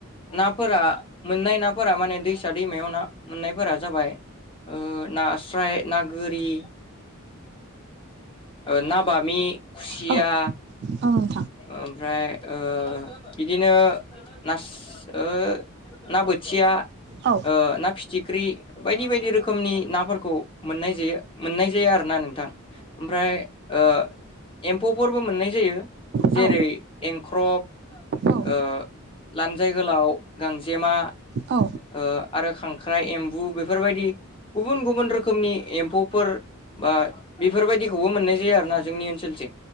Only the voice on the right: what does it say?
औ नोंथां
औ
औ
औ
औ